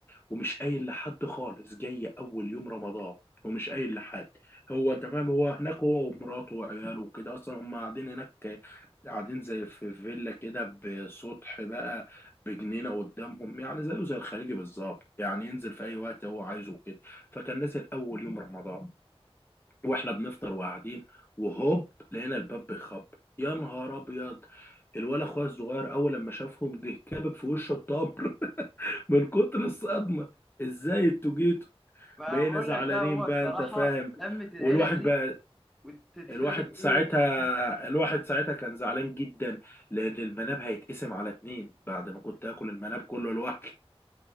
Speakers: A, on the left; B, in the centre.
A: ومش قايل لحد خالص جاي اول يوم رمضان ومش قايل لحد هو انت فاهم هو هناك هو ومراته وعياله وكده اصلا هم قاعدين هناك قاعدين زي في فيلا كده بسطح بقى بجنينه قدامهم يعني زيه زي الخليجي بالظبط يعني ينزل في اي وقت هو عايزه كده فكان نزل اول يوم رمضان واحنا بنفطر وقاعدين وهوب لقينا الباب بيخبط يا نهار ابيض الولا اخويا الصغير اول لما شافهم جه كابب في وشه الطبل من كتر الصدمه ازاي انتوا جيتوا
B: ما
A: بقينا
B: انا بقول
A: زعلانين
B: لك بقى هو الصراحه
A: بقى انت فاهم
B: لمه العيله
A: والواحد
B: دي
A: بقى
B: وتتفاجئ
A: الواحد ساعتها
B: بيهم
A: الواحد ساعتها كان زعلان جدا لان المناب هيتقسم على اتنين بعد ما كنت اكل المناب كله لوحدي